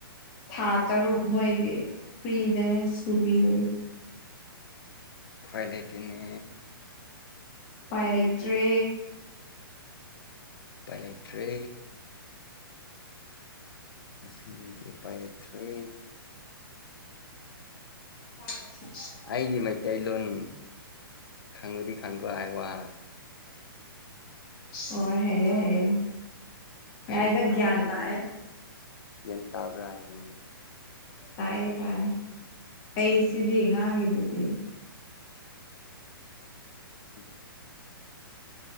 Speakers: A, on the left (about 20°); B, on the left (about 70°).
A: ꯊꯥ ꯇꯔꯨꯛ ꯃꯣꯏꯒꯤ ꯐ꯭ꯔꯤꯗꯅꯦ ꯁꯨꯕꯤꯗꯣꯏ
B: ꯎꯄꯥꯏ ꯂꯩꯇꯦꯅꯦ
A: ꯄꯥꯏ ꯂꯩꯇ꯭ꯔꯦ
B: ꯎꯄꯥꯏ ꯂꯩꯇ꯭ꯔꯦ ꯉꯗꯤꯁꯤ ꯎꯄꯥꯏ ꯂꯩꯇ꯭ꯔꯦ
A: <inaudible>
B: ꯑꯩꯒꯤ ꯃꯩꯇꯩꯂꯣꯟ ꯈꯪꯕꯗꯤ ꯈꯪꯀꯣ ꯍꯥꯏ ꯋꯥ
A: ꯑꯣ ꯍꯩꯔꯦꯌꯦ ꯍꯩꯔꯦꯌꯦ
B: ꯑꯩ
A: ꯌꯥꯏꯗ
B: ꯍꯥꯏꯇꯕꯒꯤꯅꯤꯅ
A: ꯒ꯭ꯌꯥꯟ ꯇꯥꯔꯦ
B: ꯒ꯭ꯌꯥꯟ ꯇꯥꯕ꯭ꯔꯥ ꯍꯥꯏꯕꯗꯤ ꯅꯪꯗꯦ
A: ꯇꯥꯏꯑꯦ ꯇꯥꯏꯑꯦ ꯑꯩꯁꯤꯗꯤ ꯉꯥꯡꯉꯤꯗꯨꯗꯤ
B: <inaudible>